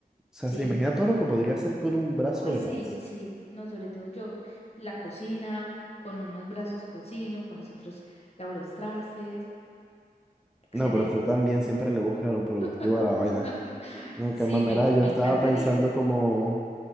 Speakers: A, in the centre; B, on the left.
A: sea,
B: Sí.
A: se imagina todo lo que podría hacer con un brazo
B: Uy,
A: de
B: sí,
A: más.
B: sí. No, sobre todo yo en la cocina, con unos brazos cocino, con los otros lavo los trastes. Excelente.
A: No, pero usted también siempre le busca lo
B: <laughs>
A: productivo a la vaina. No,
B: Sí,
A: qué mamera,
B: me, me
A: yo estaba
B: encantaría.
A: pensando como,